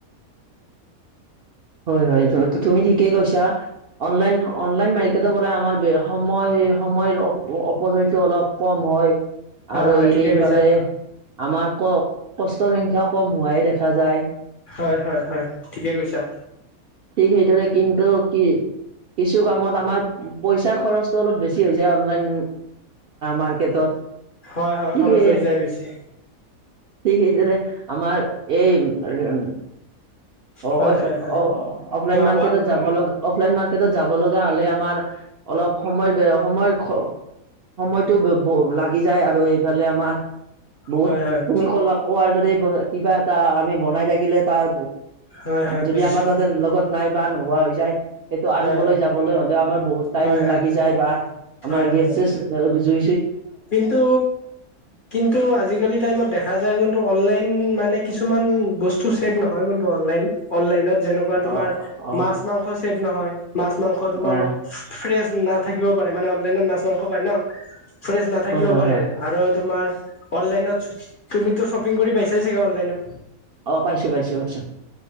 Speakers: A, on the right; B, on the left.
A: হয় হয় তুমি ঠিকেই কৈছা অনলাইন অনলাইন ম। তেেৰ পৰা আমাৰ সময় সময়ৰ। উপচৰিটো অলপ কম হয়
B: হয়
A: আৰু
B: হয় ঠিকে
A: এইফালে
B: কৈছা
A: আমাৰ কওক। কষ্টৰ সংখ্যা কম হোৱাই দেখা যায়।
B: হয় হয় হয় ঠিকে কৈছা।
A: ঠিক সেইদৰে কিন্তু কি? কিছু কামত আমাৰ পইচাৰ খৰচটো অলপ বেছি হৈ যায় অনলাইন মাৰ্কেটত।
B: হয় হয়
A: ঠিক
B: খৰচ
A: সেই
B: হৈ যায় বেছি।
A: ঠিক সেই যে আমাৰ এই উ। অ
B: হয়
A: অ
B: হয় হয়
A: অ অফলাইন
B: কোৱা
A: মাৰ্কেটত
B: কোৱা
A: যাব লগা অফলাইন মাৰ্কেটত যাব লগা হ'লে আমাৰ। অলপ সময় বেয়া। সময়ৰ সময়টো লাগি যায় আৰু এইফালে আমাৰ। বহুত
B: হয় হয়
A: তুমি কলা কোৱাৰ দৰে কিবা এটা আমি বনাই থাকিলে তাৰ।
B: হয় হয়
A: যদি
B: বুজিছো
A: আমাৰ তাতে লগত নাই বা নোহোৱা হৈ যায়। সেইটো আনিবলৈ
B: হয় হয়
A: যাবলৈ হ'লেও আমাৰ বহুত টাইম
B: হয় হয়
A: লাগি
B: হয়
A: যায় বা আমাৰ
B: হয়
A: গে
B: হয়
A: জু।
B: কিন্তু কিন্তু আজিকালি টাইমত দেখা যায় কিন্তু অনলাইন। <unintelligible> যেনেকুৱা তোমাৰ
A: অ অ
B: মাছ মাংস চছেভ নহয় মাছ মাংস তোমাৰ
A: অ
B: ফ্ৰেছ। নাথাকিব পাৰে মানে অনলাইনত মাছ মাংস পায় ন ফ্ৰেছ নাথাকিব
A: হয় হয়
B: পাৰে
A: হয়
B: আৰু তোমাৰ। অ অননলাইনত তুমি তো চপিং কৰি পাইছাছে কা অ অননলাইনত।
A: অ পাইছো পাইছো পাইছো।